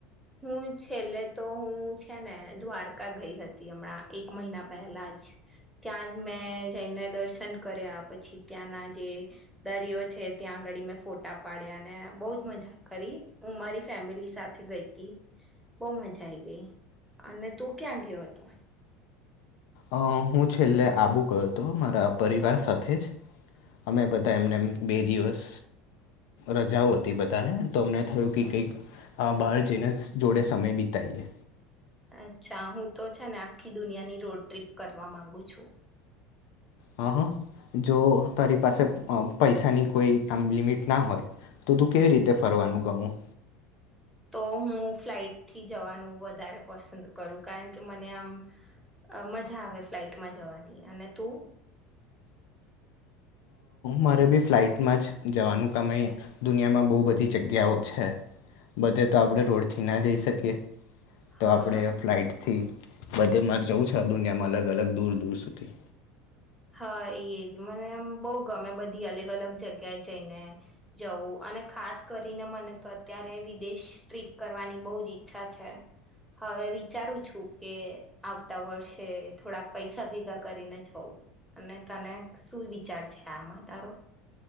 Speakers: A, in the centre; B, on the left.
A: હું છેલ્લે તો હું છે ને દ્વારકા ગઈ હતી હમણાં એક મહિના પહેલા જ ત્યાં જ મેં જઈને દર્શન કર્યા પછી ત્યાંના જે દરિયો છે ત્યાં આગળ મેં ફોટા પાડ્યા ને બહ જ મજા કરી હું મારી ફેમિલી સાથે ગઈ બહ મજા આઈ ગઈ અને તું ક્યાં ગયો હતોું?
B: અ હું છેલ્લે આબુ ગયો હતો મારા પરિવાર સાથે જ અમે બધા એમને બે દિવસ રજાઓ હતી બધાને તો અમને થયું કે કઈક બહાર જઈને જોડે સમય બિતાઈએ
A: અચ્છા હું તો છે ને આખી દુનિયાની રોડ ટ્રીપ કરવા માંગુ છું.
B: હ હ જો તારી પાસે પૈસાની કોઈ આમ લિમિટ ના હોય તો તું કેવી રીતે ફરવાનું ગમું
A: તો હું ફ્લાઈટથી જવાનું વધારે પસંદ કરું કારણ કે મને આમ મજા આવે ફ્લાઈટમાં જવાની અને તું
B: મારે બી ફ્લાઇટમાં જ જવાનું કમેય દુનિયામાં બહુ બધી જગ્યાઓ છે બધે તો આપણે રોડથી ના જઈ શકીએ તો
A: હા
B: આપણેે ફ્લાઈટ થી બધે મારે જવું છે આ દુનિયામાં અલગ અલગ દૂર દૂર સુધી
A: હા એ જ મને એમ બહુ ગમે બધી અલગ અલગ જગ્યાએ જઈને જવું અને ખાસ કરીને મને તો અત્યારે વિદેશ ટ્રીપ કરવાની બહ જ ઈચ્છા છે હવે વિચારું છું કે આવતા વર્ષે થોડાક પૈસા ભેગા કરીને જવું અને તને શું વિચાર છે આમાં તારો